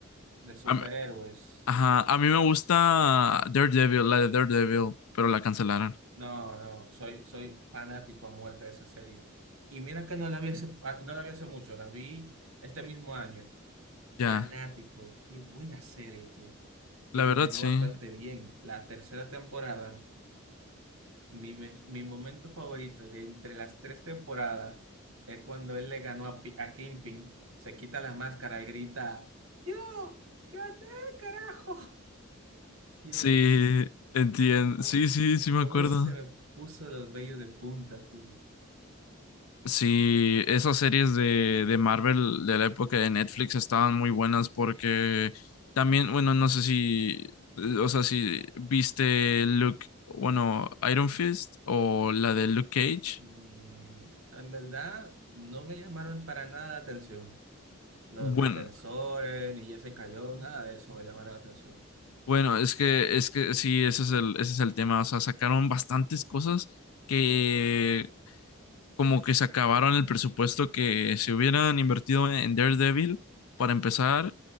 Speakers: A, on the right; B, on the left.
A: De superhéroes.
B: A mí- ajá, a mí me gusta Daredevil, la de Daredevil, pero la cancelaron.
A: No, no, soy, soy fanático a muerte de esa serie. Y mira que no la vi hace, ah, no la vi hace mucho, la vi este mismo año.
B: Ya,
A: Fanático, qué buena serie tú. Y
B: la
A: terminó
B: verdad sí.
A: bastante bien. La tercera temporada, mi, me- mi momento favorito de entre las tres temporadas es cuando él le ganó a, Pi- a Kingpin, se quita la máscara y grita, ¡Yo! ¡Gané, carajo! <laughs> Dios.
B: Sí, entiendo.
A: ¿Cómo,
B: Sí, sí, sí me
A: cómo
B: acuerdo.
A: se me puso los vellos de punta tú?
B: Sí, esas series de, de Marvel de la época de Netflix estaban muy buenas porque también, bueno, no sé si, eh, o sea, si viste Luke, bueno, Iron Fist o la de Luke Cage.
A: Mm, en verdad, no me llamaron para nada la atención. Los
B: Bueno,
A: defensores, ni Jesse Cayó, nada de eso me llamaron la atención.
B: bueno, es que, es que sí, ese es el, ese es el tema. O sea, sacaron bastantes cosas que como que se acabaron el presupuesto que se hubieran invertido en Daredevil para empezar.